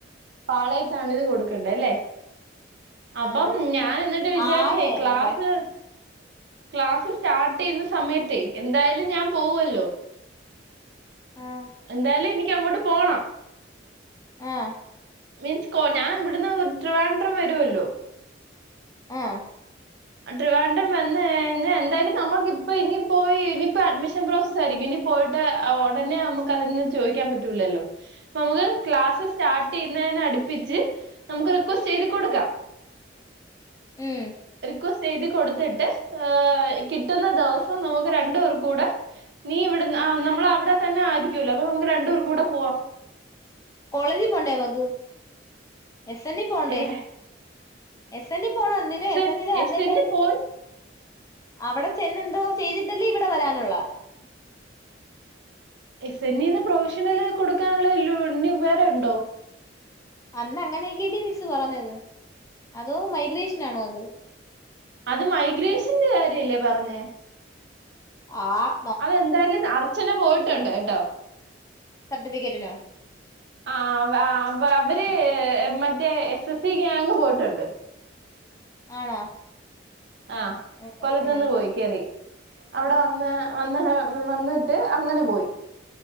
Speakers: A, on the right; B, on the left.
A: പാളയത്താണിത് കൊടുക്കേണ്ടെ അല്ലേ അപ്പം
B: ആഹ്
A: ഞാൻ എന്നിട്ട് വിചാരിച്ചേ
B: ആയണ്ടേ
A: ക്ലാസ് ക്ലാസ് സ്റ്റാർട്ട് ചെയ്യുന്ന സമയത്തേ എന്തായാലും ഞാൻ പോവല്ലോ
B: ആഹ്
A: എന്തായാലും എനിക്ക് അങ്ങോട്ട് പോണം
B: ആഹ്
A: മീൻസ് കോ ഞാൻ ഇവിടുന്ന് ട്രിവാൻഡ്രം വരൊല്ലോ
B: ആഹ്
A: ട്രിവാണ്ടം വന്ന് ഇന്ന എന്തായാലും നമ്മുക്കിപ്പ ഇനി പോയി ഇനിയിപ്പോ അഡ്മിഷൻ പ്രോസസ്സ് ആയിരിക്കും ഇനി പോയിട്ട് ഉടനെ നമുക്ക് അതിനന്ന് ചോദിക്കാൻ പറ്റൂല്ലല്ലോ നമുക്ക് ക്ലാസ് സ്റ്റാർട്ട് ചെയ്യുന്നതിനെ അടുപ്പിച്ച് നമുക്ക് റിക്വസ്റ്റ് ചെയ്ത് കൊടുക്കാം
B: ഏ
A: റിക്വസ്റ്റ് ചെയ്ത് കൊടുത്തിട്ട് ഹേ കിട്ടുന്ന ദവസം നമുക്ക് രണ്ടൂ പേർ കൂടെ നീ ഇവിടെന്ന് നമ്മളവിടെ തന്നെ ആയിരിക്കൊല്ലോ അപ്പൊ നമുക്ക് രണ്ടുപേർ കൂടെ പോവാം
B: കോളേജിൽ പോണ്ടേ മഗു എസ് എൻല് പോണ്ടേ
A: ഇവിടെ
B: എസ് എനില് പോണം ഒന് എസ്
A: എൻ
B: എനില് വന്നിട്
A: എന്നിൽ പോയി
B: അവിടെ ചെന്നെന്തോ ചെയ്തിട്ടല്ലേ ഇവിടെ വരാനുള്ള
A: എസ് എനീന്ന്പ്രൊവിഷണൽ കൊടുക്കാനുള്ള ലുണ്ട് ഇനിവേറെ ഉണ്ടോ
B: അന്ന് അങ്ങനെയൊക്കെല്ലേ മിസ് പറഞ്ഞത് അതോ മൈഗ്രേഷൻാണോ അത്
A: അത് മൈഗ്രേഷന്റെ കാര്യല്ലേ പറഞ്ഞേ
B: ആഹ്
A: അതെന്തായാലും അർച്ചന പോയിട്ടുണ്ട് കേട്ടോ
B: സർട്ടിഫിക്കറ്റിന്
A: ആഹ് അവ അവര് മറ്റേ എസ് എസ് സി ഗ്യയങ് പോയിട്ടുണ്ട്
B: ആണോ
A: ആഹ്
B: ഉം
A: കൊല്ലത്തു
B: ഉം
A: നിന്ന് പോയി കേറി അവിടെ വന്ന് വന്ന് വന്നിട്ട് അങ്ങനെ പോയി